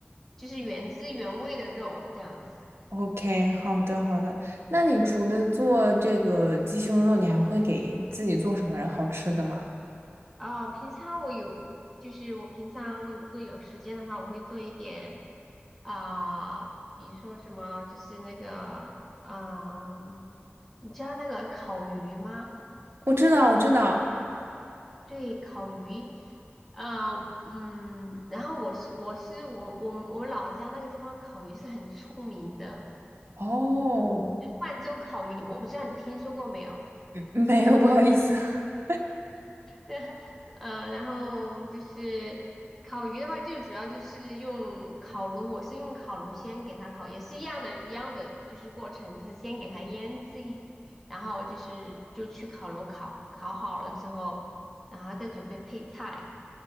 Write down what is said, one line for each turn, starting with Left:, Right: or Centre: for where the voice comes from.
Centre: 就是原汁原味的肉这样子。
Right: OK，好的，好的。那你除了做这个鸡胸肉，你还会给自己做什么好吃的吗？
Centre: 啊、平常我有，就是我平常如果有时间的话，我会做一点啊、比如说什么，就是那个啊、你知道那个烤鱼吗？
Right: 我知道，我知道。
Centre: 对，烤鱼啊，嗯，然后我是我是我我我老家那个地方烤鱼是很出名的，
Right: 哦，
Centre: 万州烤鱼，我不知道你听说过没有？
Right: <laughs> 没有，不好意思。<laughs>
Centre: <laughs> 呃，然后就是烤鱼的话，就主要就是用烤炉，我是用烤炉先给它烤，也是一样的，一样的就是过程，就是先给它腌制一，然后就是就去烤炉烤，烤好了之后，然后再准备配菜。